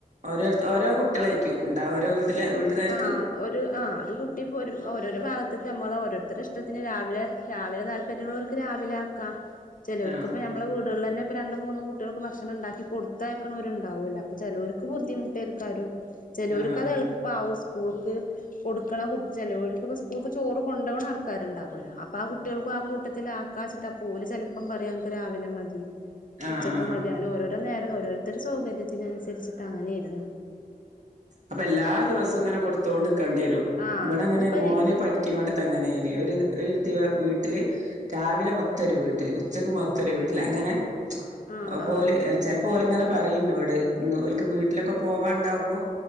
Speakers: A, on the right (about 55°); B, on the left (about 60°).
A: ഓരോര് ഓരോ കുട്ടളായിക്കും ഉണ്ടാ ഒരു വീട്ടിലെ വീട്ടുകാർക്ക്
B: ആഹ് ഒരു ആഹ് ഒരു കുട്ടി ഇപ്പോ ഒരു ഓരോരോ ഭാഗത്തേക്ക് നമ്മള ഓരോരുത്തരെ ഇഷ്ടത്തിന് രാവിലെ രാവിലെ താല്പര്യമുള്ളവർക്ക് രാവിലെ ആക്കാം ചെലെർക്
A: ആഹ്
B: ഇപ്പ നമ്മളെ വീടുകളിൽന്നെ പ്പ രണ്ട് മൂന്നും കുട്ടികൾക്ക് ഭക്ഷണം ഇണ്ടാക്കി കൊടുത്തയക്ക്നോര്ണ്ടാവേല്ലെ അപ്പൊ ചെലെർക്ക് ബുദ്ധിമുട്ടിക്കാരം ചിലോരിക്കത്
A: ആഹ്
B: എളുപ്പ ആവും സ്കൂള്ക്ക് കൊടുക്കണ ചെലോഴിക്ക് ഇപ്പം സ്കൂൾക്ക് ചോറ് കൊണ്ടപോകണ ആൾക്കാരുണ്ടാവുമല്ലോ അപ്പ ആ കുട്ടികൾക്കും ആ കൂട്ടത്തിൽ ആ ക്കാച്ചിട്ടാ പോവുല ചെലപ്പം പറയും അംഗ് രാവിലെ മതി
A: ആഹ്
B: ഉച്ചക്ക്
A: ആഹ്
B: മതി അങ്ങനെ ഓരോരോ നേരം ഓരോരുത്തരു സൗകര്യത്തിനനുസരിച്ചിട്ട് അങ്ങനൊയിരുന്നു
A: അപ്പൊ എല്ലാ ദിവസവും ഇങ്ങനെ കൊടുത്തോണ്ടിക്കണ്ടി വരും
B: ആഹ്
A: ഇവിടെ അങ്ങനെ
B: ഇന്നിപ്പോ
A: മോനെ
B: എനിക്ക്
A: പഠി ക്ക്നൊടത്ത് അങ്ങനെണ് ഒരു ഒരു ദിവ വീട്ടില് രാവിലെ മൊത്തരു വീട്ടില് ഉച്ചയ്ക്ക് മൊത്തരു വീട്ടില് അങ്ങനെ
B: ആഹ്
A: അപ്പ
B: ആഹ്
A: ഓല് ചെലപ്പോ ഓല് ഇങ്ങനെ പറയും എന്നോട് ഓൽക്ക് വീട്ടിലൊക്കെ പോവാണ്ടാവുമ്പോ